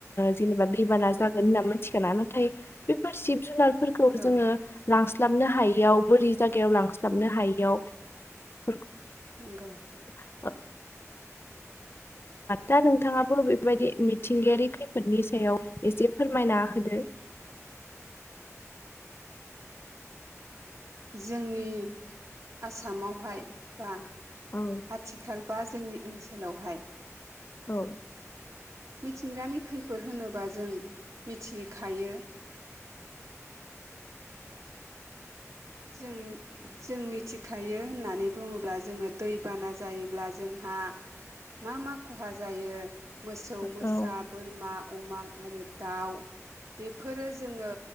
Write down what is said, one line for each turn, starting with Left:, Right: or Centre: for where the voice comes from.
Left: जेनेबा दैबाना जागोन होनामोन मिथिखानानैनो थायो बेफोर जिब जुनारफोरखौ
Right: औ
Left: जोङो लांस्लाबनो हायियाव बोरि जायगायाव लांस्लाबनो हायैयाव बेफोरखौ
Right: नंगौ।
Left: औ। दा नोंथाङाबो बेबायदि मिथिंगायारि खैफोदनि सायाव एसे फोरमायना होदो
Right: जोंनि आसामावहाय बा
Left: औ।
Right: आथिखाल बा जोंनि ओनसोलावहाय
Left: औ।
Right: मिथिंगानि खैफोद होनोबा जों मिथिखायो जों। जों मिथिखायो होननानै बुङोब्ला जोङो दैबाना जायोब्ला जोंहा मा मा खहा जायो मोसौ, मोसा,
Left: औ
Right: बोरमा, अमा, आरो दाउ, बेफोरो जोङो